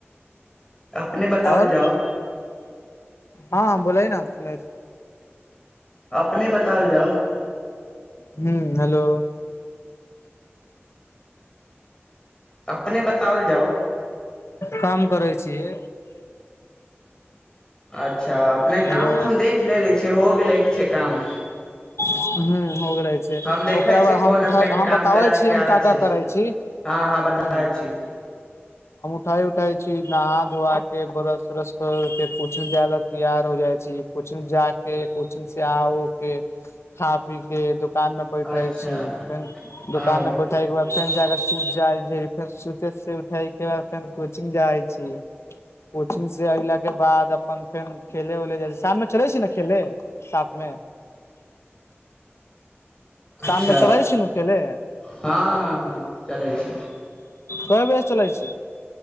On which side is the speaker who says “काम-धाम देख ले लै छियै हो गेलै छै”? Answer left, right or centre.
Left